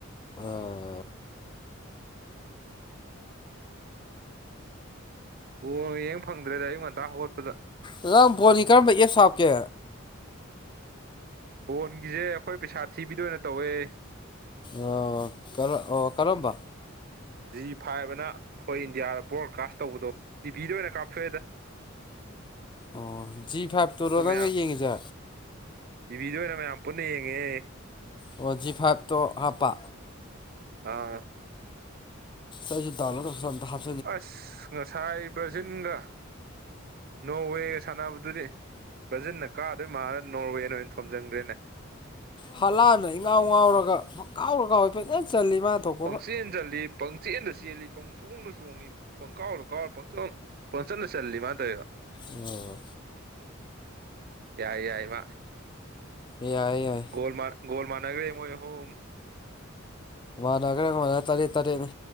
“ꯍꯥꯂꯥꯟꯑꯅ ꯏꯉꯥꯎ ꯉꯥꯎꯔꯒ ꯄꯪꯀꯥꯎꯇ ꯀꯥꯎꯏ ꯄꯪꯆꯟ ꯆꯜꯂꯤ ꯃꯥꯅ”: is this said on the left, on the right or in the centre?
Left